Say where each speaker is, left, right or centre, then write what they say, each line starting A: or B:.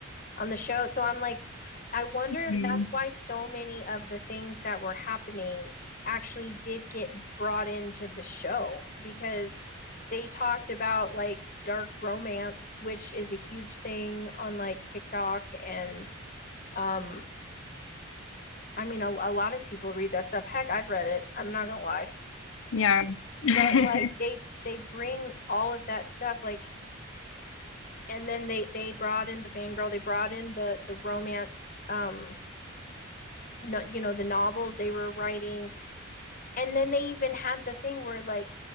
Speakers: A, on the left; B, on the left.
A: on the show. So I'm like, I wonder
B: Mhm.
A: if that's why so many of the things that were happening actually did get brought into the show because they talked about like dark romance, which is a huge thing on like TikTok. And um, I mean, a, a lot of people read that stuff. Heck, I've read it. I'm not gonna lie.
B: Yeah.
A: But
B: <laughs>
A: like they they bring all of that stuff like and then they they brought in the fangirl, they brought in the the romance um no, you know the novels they were writing and then they even had the thing where like